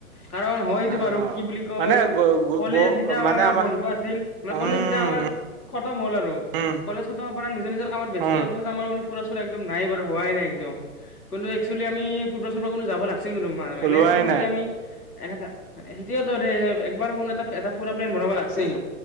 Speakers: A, on the left; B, on the right.
A: কাৰণ হয় এইটো
B: অ'
A: বাৰু কি বুলি কয়
B: মানে গ গ
A: কলেজ
B: ব
A: যেতিয়াৰ
B: মানে
A: পৰা
B: আমাৰ
A: বন্ধ আছিল মানে
B: উম
A: কলেজ যেতিয়া আমাৰ খতম হ'ল আৰু
B: উম
A: কলেজ খতম হোৱাৰ পৰা নিজৰ নিজৰ কামত ব্যাস্ত
B: উম
A: হৱাৰ পিছত আমাৰ কোনো ফুৰা চুৰা একদম নাই বাৰু হোৱাই নাই। কিন্তু একছোৱেলি আমি ফুৰবা চুৰব কোনো যাব লাগ
B: ওলোৱাই
A: এনেকা নহয়
B: নাই।
A: যে আমি এনেকা সেইটোৱেটোৰে একবাৰ কোনো এটা এটা ফুৰা প্লেন বনাব লাগছিল।